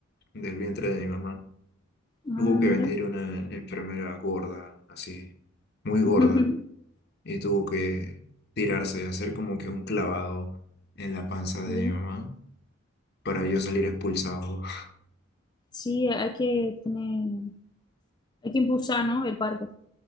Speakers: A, on the left (about 55°); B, on the left (about 20°).
A: del vientre de mi mamá.
B: Ah,
A: Tuvo que
B: mira.
A: venir una enfermera gorda, así, muy gorda,
B: <laughs>
A: y tuvo que tirarse, hacer como que un clavado en la panza
B: Sí,
A: de mi mamá para yo salir expulsado. <laughs>
B: sí, hay que tener, hay que impulsar, ¿no? El parto,